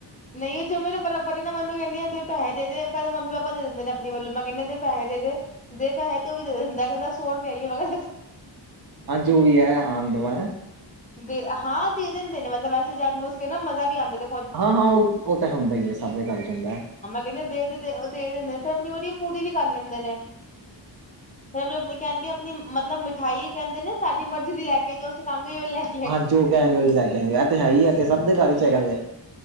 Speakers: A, on the left; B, on the right.
A: <inaudible> ਨਈ ਉਹ ਜੇ ਮੇਰੇ ਬਰਾਬਰ ਏ ਨਾ ਮੈਂ ਓਹਨੁੰ ਕੈਨੀ ਆ ਦੇ ਪੈਹੇ ਦੇਦੇ ਪੈਲੈ ਮੰਮੀ ਪਾਪਾ ਦੇ ਦਿੰਦੇ ਨੇ ਅਪਣੇ ਵਲੋਂ ਮੈਂ ਕਹਨੀ ਦੇ ਪੈਹੇ ਦੇ ਦੇ, ਦੇ ਪੈਹੇ ਤੇ ਉਹ ਵੀ ਦੇ ਦਿੰਦਾ, ਕਹਿੰਦਾ ਸੌ ਰੁਪਈਆ ਹੈਈਏ ਮੈਂ ਕਿਆ
B: ਆਜੋ ਵੀ ਆਯਾ ਆਣ ਦੋ ਐ।
A: ਦੇ ਹਾਂ ਦੇ ਦਿੰਦੇ ਨੇ ਮਤਲਬ ਵੈਸੇ ਜਾਣ ਬੁਝ ਕੇ ਨਾ ਮਜ਼ਾ ਵੀ ਆਂਦਾ ਦੇ
B: ਹਾਂ, ਹਾਂ ਉਹ, ਉਹ ਤਾਂ ਹੁੰਦਾ ਈ ਐ ਸਭ ਦੇ ਘਰ ਚ ਹੁੰਦਾ ਐ।
A: ਕਹਂਦੇ ਦੇ ਤੇ ਦੇ ਅ ਦੇ ਦਿੰਦੇ ਨੇ ਫੇਰ ਅਪਣੀ ਵੀ ਉਹ <unintelligible> ਪੂਰੀ ਵੀ ਕਰ ਲੈਂਦੇ ਨੇ, ਫੇਰ ਆਪਣੀ-ਆਪਣੀ। ਕਹਣਗੇ ਅਪਣੀ ਮਤਲਬ ਮਿਠਾਈ ਕਹਿੰਦੇ ਨੇ ਸਾਡੀ ਮਰਜ਼ੀ ਦੀ ਲੈ ਕੇ ਜੋ ਅਸੀਂ ਕਾਂਗੇ ਓਹ ਲੈਕੇ
B: ਹਾਂ ਜੋ ਕਹਿਣਗੇ ਉਹੀ ਲੇ ਕੇ ਆਏਂਗੇ <unintelligible> ਤੇ ਹੈ ਈ ਐ ਤੇ ਸਬ ਦੇ ਘਰ ਚ ਹੈਗਾ ਦੇ,